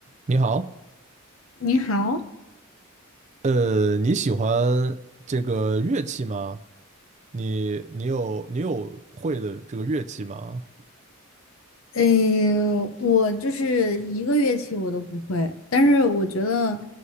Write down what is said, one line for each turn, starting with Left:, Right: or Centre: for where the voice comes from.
Right: 你好，
Left: 你好，
Right: 呃，你喜欢这个乐器吗？你你有你有会的这个乐器吗？
Left: 诶，我就是一个乐器我都不会，但是我觉得